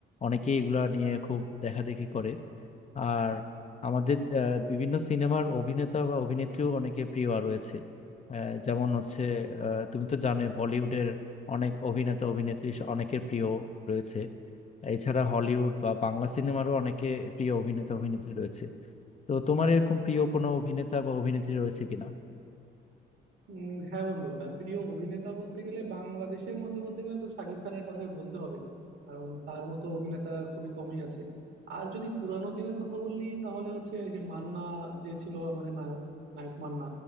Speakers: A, on the left; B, on the right.
A: অনেকেই এগুলা নিয়ে খুব দেখাদেখি করে আর আমাদের আহ, বিভিন্ন সিনেমার অভিনেতা বা অভিনেত্রীও অনেকে প্রিয় রয়েছে আহ, যেমন হচ্ছে আহ, তুমি তো জানো বলিউডের অনেক অভিনেতা অভিনেত্রী অনেকের প্রিয় রয়েছে এছাড়া হলিউড বা বাংলা সিনেমারও অনেকে প্রিয় অভিনেতা অভিনেত্রী রয়েছে তো তোমার এরকম প্রিয় কোনো অভিনেতা বা অভিনেত্রী রয়েছে কিনা
B: উম, হ্যাঁ বন্ধু আহ, প্রিয় অভিনেতা বলতে গেলে বাংলাদেশের মধ্যে বলতে গেলে তো শাকিব খানের কথাই বলতে হবে কারণ তার মতো অভিনেতা খুবই কমই আছে আর যদি পুরানো দিনের কথা বললি তাহলে হচ্ছে এই যে মান্না যে ছিল আমাদের নায়ক নায়ক মান্না